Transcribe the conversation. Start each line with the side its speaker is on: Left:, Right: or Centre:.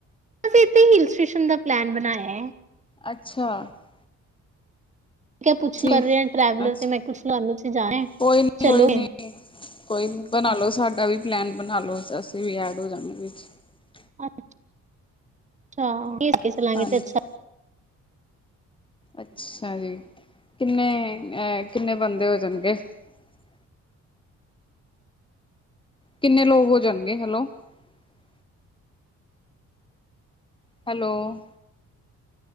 Right: ਬ ਇੱਥੇ ਹਿਲ ਸਟੇਸ਼ਨ ਦਾ ਪਲਨ ਬਣਾਇਆ ਹੈ। ਹਾਂਜੀ ਟਰੈਕਿੰਗ ਅਤੇ ਚਲੇ
Left: ਅੱਛਾ ਤਾਂ ਮ ਚਲਦੀ ਹੈ।
Right: ਕਿਆ ਪੁੱਛ
Left: ਠੀ
Right: ਕਰ ਰਹੇ ਟਰੈਵਲਰ
Left: ਅੱਛਾ
Right: ਤੇ ਮੈਂ ਪੁੱਛ ਲੋ ਤੁਸੀਂ ਜਾਣਾ
Left: ਕੋਈ ਨੀ
Right: ਚਲੋਗੇ
Left: ਕੋਈ ਨੀ ਕੋਈ ਨੀ ਬਣਾ ਲੋ ਸਾਡਾ ਵੀ ਪਲੈਨ ਅਤੇ ਇਸ ਨੂੰ ਹੀ। ਬਣਾ ਲਓ ਅਸੀਂ ਵੀ ਐਡ ਹੋ ਜਾਂਣੇ ਵਿੱਚ ਹਾਂਜੀ।
Right: ਅੱਛ ਅੱਛਾ ਕਿਵੇ ਹੋ। ਕ ਲਾਂਗੇ
Left: ਹਾਂਜੀ।
Right: ਤੇ ਅੱਛਾ ਨਹੀਂ ਸਮਝਿਆ ਹੈ।
Left: ਅੱਛਾ ਜੀ ਕਿੰਨੇ ਅ ਕਿੰਨੇ ਬੰਦੇ ਹੋ ਜਾਣਗੇ। ਚਾਰ ਬੰਦਾ ਹੋ ਜਾਵੇਗਾ। ਕਿੰਨੇ ਲੋਕ ਹੋ ਜਾਣਗੇ ਹੈਲੋ। ਹਾਂਜੀ ਦੱਸ ਬੰਦਾ ਹੋ ਜਾਵੇਗਾ। ਹੈਲੋ ਹਾਏ।